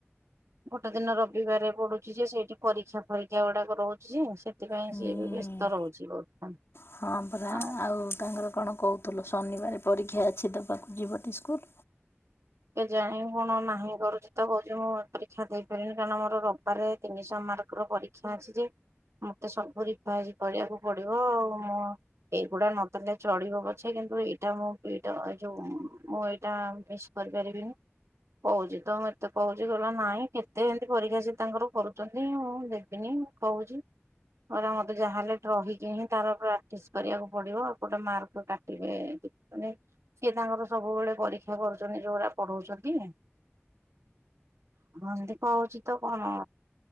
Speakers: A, on the right; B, on the left.
A: ଗୋଟେ ଦିନ ରବିବାରେ ପଡୁଛି ଯେ ସେଇଠି ପରୀକ୍ଷା ଫରୀକ୍ଷା ଗୁଡ଼ାକ ରହୁଛି ଯେ ସେ ସେଥିପାଇଁ
B: ହୁଁ।
A: ସିଏ ବି ବ୍ୟସ୍ତ ରହୁଛି ବହୁତ
B: ହଁ ପରା
A: ଆଉ
B: ତାଙ୍କର କଣ କହୁଥିଲୁ ଶନିବାର ପରୀକ୍ଷା ଅଛି ଦେବାକୁ ଯିବ ଟି ସ୍କୁଲ?
A: କେଜାଣି କଣ ନାହିଁ କରୁଛି ତ, କହୁଛି ମୁଁ ଏଇ ପରୀକ୍ଷା ଦେଇପାରିବିନି, କାରଣ ମୋର ରବିବାର ତିନିଶହ ମାର୍କ ର ପରୀକ୍ଷା ଅଛି ଯେ ମତେ ସବୁ ରିପେୟାର କରିବାକୁ ପଡିବ ଆଉ ମୋ ଏ ଏଇ ଗୁଡ଼ା ନଦେଲେ ଚଳିବ ପଛେ ଏଇଟା ମୁଁ ଏଇଟା- ଏ -ଯୋଉ ମୁଁ ଏଇଟା ମିସ୍ କରିପାରିବିନି। କହୁଛି ତ ମୁଁ ଏତେ କହୁଛି, କହିଲା ନାଇଁ କେତେ ଏମିତି ପରୀକ୍ଷା ସେ ତାଙ୍କର କରୁଛନ୍ତି ମୁଁ ଦେବିନି। କହୁଛି କହିଲା ମତେ ଯାହାହେଲେ ଏଠି ରହିକି ହିଁ ତାର ପ୍ରାକ୍ଟିସ କରିବାକୁ ପଡ଼ିବ, ଏପଟେ ମାର୍କ କାଟିବେ ମାନେ ସିଏ ତାଙ୍କର ସବୁବେଳେ ପରୀକ୍ଷା କରୁଛନ୍ତି ଯୋଉଟା ପଢ଼ଉଛନ୍ତି। ଏନ୍ତି କହୁଛି ତ କଣ